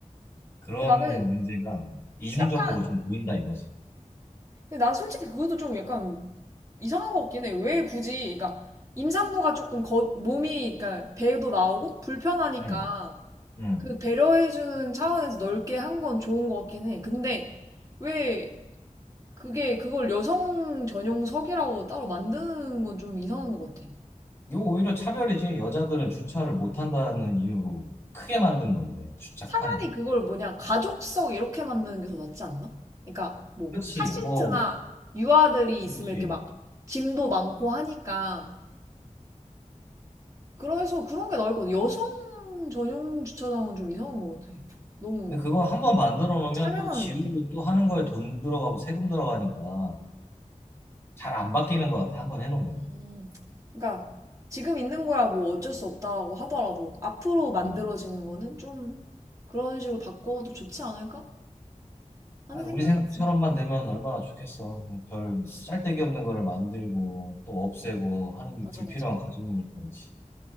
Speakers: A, on the left; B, on the right.
A: 그런
B: 근데 나는
A: 문제가 이중적으로
B: 약간,
A: 좀 보인다 이거지.
B: 근데 난 솔직히 그것도 좀 약간 이상한 것 같긴 해. 왜 굳이, 그러니까 임산부가 조금 거, 몸이, 그러니까 배도 나오고 불편하니까
A: 응, 응.
B: 그 배려해주는 차원에서 넓게 한 건 좋은 것 같긴 해. 근데 왜 그게 그걸 여성 전용석이라고 따로 만드는 건 좀 이상한 것 같아.
A: 이거 오히려 차별이지. 여자들은 주차를 못한다는 이유로 크게 만든 건데, 주차
B: 차라리
A: 칸을.
B: 그걸 뭐냐, 가족석 이렇게 만드는 게 더 낫지 않나? 그러니까 뭐
A: 그렇지,
B: 카시트나
A: 뭐,
B: 유아들이 있으면
A: 그렇지.
B: 이렇게 막 짐도 많고 하니까 그래서 그런 게 나을 것 같아. 여성 전용 주차장은 좀 이상한 것 같아. 너무
A: 근데 그거 한번 만들어 놓으면
B: 차별하는
A: 또 지우고
B: 느낌?
A: 또 하는 거에 돈 들어가고 세금 들어가니까 잘 안 바뀌는 것 같아, 한번 해놓으면.
B: 음, 그러니까 지금 있는 거야 뭐 어쩔 수 없다고 하더라도 앞으로 만들어지는
A: 음.
B: 거는 좀 그런 식으로 바꿔도 좋지 않을까 하는
A: 아,
B: 생각이
A: 우리 생각처럼만
B: 있어.
A: 되면 얼마나 좋겠어. 별 쓸데기 없는 거를 만들고 또 없애고 하는 게
B: 맞아,
A: 불필요한
B: 맞아.
A: 과정이니까, 그렇지.